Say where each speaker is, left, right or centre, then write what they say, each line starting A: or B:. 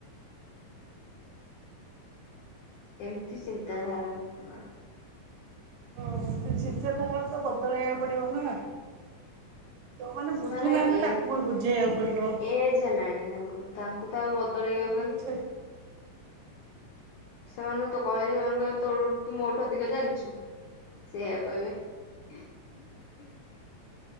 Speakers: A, on the left; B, on the right.
A: ଏମିତି ଚିନ୍ତାଧାରା ଲୋକଙ୍କର।
B: ହଁ ସେ ଚିନ୍ତା ତାରାକୁ ତ ବଦଳେଇବାକୁ ପଡିବ ନା। ତୋମାନେ
A: ସେମାନେ
B: ବୁଝୁନାହାନ୍ତି
A: ଏ
B: ତାଙ୍କୁ ବି ବୁଝେଇବାକୁ ପଡିବ।
A: ଏଜ ହେଲାଣି ତାଙ୍କୁ ତାଙ୍କୁ। ତ ଆଉ ବଦଳେଇ
B: ହୁଁ
A: ହବନି?
B: ସେ
A: ସେମାନଙ୍କୁ ତ କହିଲେ ସେମାନଙ୍କୁ କହିଲେ ତୋ ତୁ ମୋଠୁ ଅଧିକ ଜାଣିଛୁ। ସେୟା କହିବେ। <inaudible>